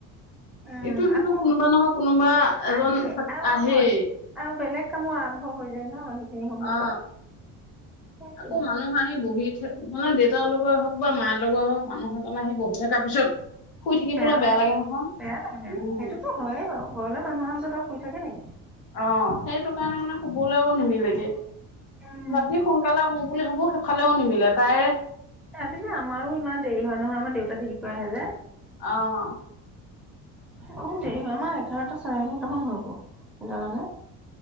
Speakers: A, in the centre; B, on the left.
A: উম্
B: ইটো সিটো
A: আকৌ
B: কোনোবা নহয় কোনোবা এজন
A: আহে
B: থাক
A: আৰু
B: আহেই
A: নহয় আৰু বেলেগ কামো আৰম্ভ হৈ যায় ন? সেইখিনি সময়ৰ
B: অ
A: পৰা সেইটোৱে
B: আকৌ মানুহ আহি বহি থ মানে দেউতাৰ লগে হওক বা মাৰ লগে হওক মানুহ এজন আহি বহি থকাৰ পিছত শুই থাকিবলৈ
A: বেয়া লাগে মানে
B: নহয়
A: বেয়া লাগে বেয়া
B: উম
A: লাগে সেইটো হয়ে বাৰু ঘৰলৈ মানুহৰ দাদা শুই থাকে নেকি?
B: অহ্ সেইটো কাৰণে মানে শুবলৈও নিমিলেগে
A: উম,
B: ৰাতি সোনকালে শু। বুলি ভাৱোঁ সেইফালেও নিমিলে তাইৰ
A: ৰাতি যে আমাৰো ইমান দেৰি হয় নহয় আমাৰ দেউতা দেৰিকৈ আহে যে
B: অঁ
A: বহুত দেৰি হয় আমাৰ এঘাৰটা চাৰে এঘাৰটামান হব জানানে